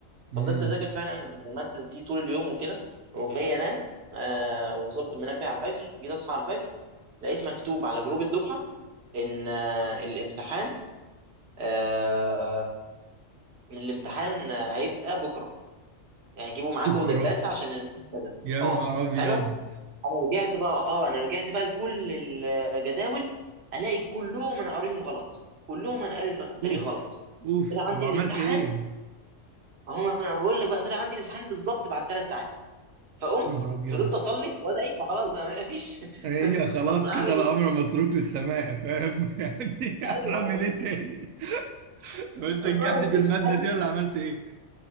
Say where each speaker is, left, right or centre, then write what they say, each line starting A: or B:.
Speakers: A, on the right (about 90°); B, on the right (about 55°).
A: مم.
B: ففضلت اذاكر فعلا الماده دي طول اليوم وكده وجاي انام آه وظابط المنبه على الفجر جيت اصحى على الفجر لقيت مكتوب على جروب الدفعه ان آه الامتحان آه إن الامتحان آه، هيبقى بكره يعني جيبوا معاكوا
A: بكرة
B: دباسه عشان الامتحان كذا
A: يا
B: اه
A: نهار ابيض
B: فانا انا رجعت بقى اه انا رجعت بقى لكل الجداول الاقي كلهم انا قاريهم غلط كلهم انا قاري التاريخ
A: اوف
B: غلط
A: اوف
B: طلع
A: طب
B: عندي
A: عملت
B: الامتحان
A: ايه
B: اهو انا بقول لك بقى طلع عندي الامتحان بالظبط بعد ثلاث ساعات فقمت
A: يا نهار ابيض
B: فضلت اصلي وادعي ما خلاص بقى ما فيش
A: هي
B: <laughs>
A: خلاص
B: اصل هعمل
A: كده الامر
B: ايه
A: متروك للسماء فاهم <laughs> يعني
B: ايوه
A: اعمل ايه تاني طب انت نجحت
B: اصل ما
A: في
B: فيش
A: المادة
B: حاجه
A: دي ولا عملت ايه